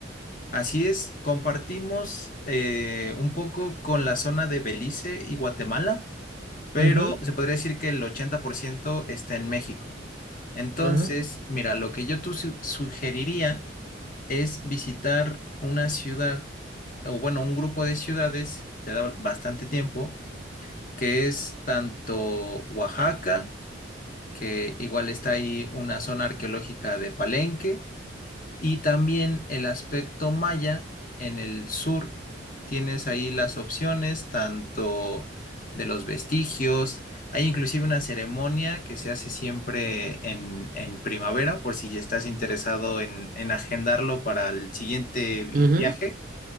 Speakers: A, on the left; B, on the right.
A: Así es, compartimos eh, un poco con la zona de Belice y Guatemala. pero
B: Ujú,
A: se podría decir que el 80% está en México. Entonces,
B: ajá,
A: mira, lo que yo tú su- sugeriría es visitar una ciudad, o bueno, un grupo de ciudades, te da bastante tiempo, que es tanto Oaxaca, que igual está ahí una zona arqueológica de Palenque, y también el aspecto maya en el sur, tienes ahí las opciones tanto de los vestigios, hay inclusive una ceremonia que se hace siempre en, en primavera, por si estás interesado en, en agendarlo para el siguiente vi-
B: ujú.
A: viaje,